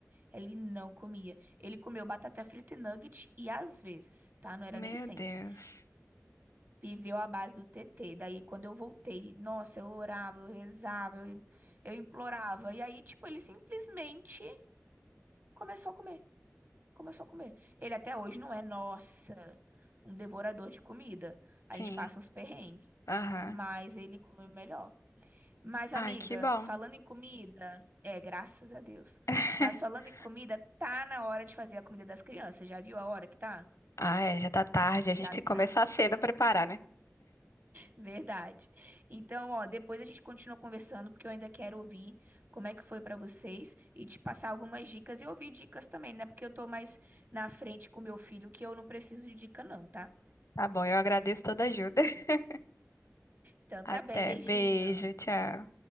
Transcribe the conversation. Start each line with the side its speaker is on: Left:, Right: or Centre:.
Right: Ele não comia. Ele comeu batata frita e nugget e às vezes, tá? Não era
Left: Meu
Right: nem sempre.
Left: Deus.
Right: Viveu à base do TT. Daí, quando eu voltei, nossa, eu orava, eu rezava, eu, eu implorava. E aí, tipo, ele simplesmente começou a comer. Começou a comer. Ele até hoje não é, nossa, um devorador de comida. A
Left: Sim.
Right: gente passa uns perrengues.
Left: Aham.
Right: Mas ele come melhor. Mas,
Left: Ai,
Right: amiga,
Left: que bom.
Right: falando em comida, é, graças a Deus.
Left: <laughs>
Right: Mas falando em comida, tá na hora de fazer a comida das crianças. Já viu a hora que tá?
Left: Ah, é, já tá tarde. A gente
Right: Já
Left: tem
Right: tá.
Left: que começar cedo a preparar, né?
Right: Verdade. Então, ó, depois a gente continua conversando, porque eu ainda quero ouvir como é que foi pra vocês e te passar algumas dicas e ouvir dicas também, né? Porque eu tô mais na frente com meu filho, que eu não preciso de dica, não, tá?
Left: Tá bom, eu agradeço toda a ajuda. <laughs>
Right: Então,
Left: Até.
Right: tá bem. Beijinho.
Left: Beijo, tchau.